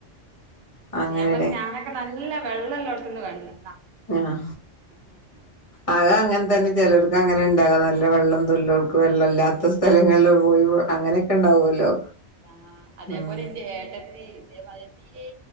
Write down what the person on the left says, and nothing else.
അങ്ങനെല്ലേ
ആഹ് അത് അങ്ങനെ തന്നെ ചിലർക്ക് അങ്ങനെ ഉണ്ടാകാം നല്ല വെള്ളം തല്കൾക്ക് വെള്ളമല്ലാത്ത സ്ഥലങ്ങളിൽ പോയി അങ്ങനെയൊക്കെ ഉണ്ടാവുമല്ലോ
ആഹ്